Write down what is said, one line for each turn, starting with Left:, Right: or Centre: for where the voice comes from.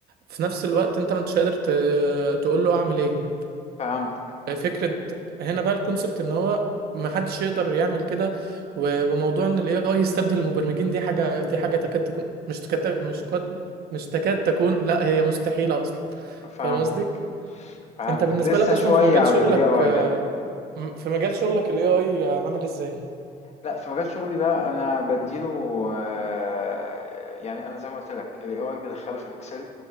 Right: في نفس الوقت انت ما انتش قادر ت- تقول له اعمل ايه
Left: فهمتك،
Right: فكرة هنا بقى الكونسبت ان هو ما حدش يقدر يعمل كده و- وموضوع ان الاي اي يستبدل المبرمجين دي حاجة دي حاجة تكاد تكون مش تكاد مش كاد مش تكاد تكون لا هي مستحيلة اصلا
Left: فهمتك،
Right: فاهم قصدي
Left: فهمتك،
Right: انت بالنسبة
Left: لسه
Right: لك اصلا
Left: شوية
Right: في مجال
Left: على
Right: شغلك
Left: الAI
Right: آه،
Left: ده.
Right: م- في مجال شغلك الاي اي عامل ازاي
Left: لأ، في مجال شغلي ده أنا بادّي له آآ يعني أنا زي ما قُلت لك الAI بادخّله في الExcel،